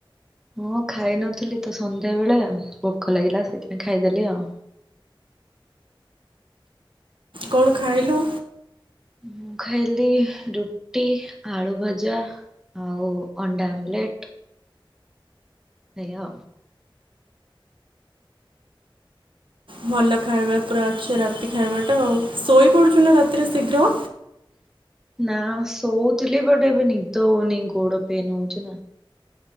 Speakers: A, in the centre; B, on the right.
A: ହଁ ଖାଇନଥିଲି ତ ସନ୍ଧ୍ୟା ବେଳେ ଭୋକ ଲାଗିଲା ସେଇଥିପାଇଁ ଖାଇଦେଲି ଆଉ।
B: କଣ ଖାଇଲୁ?
A: ମୁଁ ଖାଇଲି ରୁଟି ଆଳୁ ଭଜା ଆଉ ଅଣ୍ଡା ଆମଲେଟ ଆଜ୍ଞା।
B: ଭଲ ଖାଇବା ପୁରା ଅଛେ ରାତି ଖାଇବା ଟା ଆଉ ଶୋଇ ପଡୁଛୁ ନା ରାତିରେ ଶୀଘ୍ର।
A: ନା ସୋଚଲିି ବଟେବେ ନିଦନିଁ ଗୋଡପେ ନୁଜ ନା